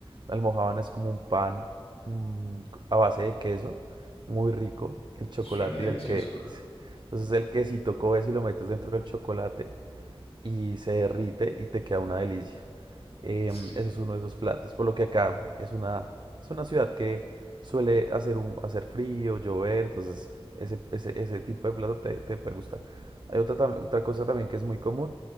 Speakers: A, on the right; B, on the left.
A: La almojábana es como un pan mm, a base de queso, muy rico, el chocolate
B: Suena delicioso.
A: y el que... Entonces el quesito coges y lo metes dentro del chocolate y se
B: Ujú.
A: derrite y te queda una delicia. Em,
B: Sí.
A: eso es uno de esos platos. Por lo que acá es una, es una ciudad que suele hacer, un, hacer frío, llover, entonces ese, ese, ese tipo de plato te, te puede gustar. Hay otra, tam- otra cosa también que es muy común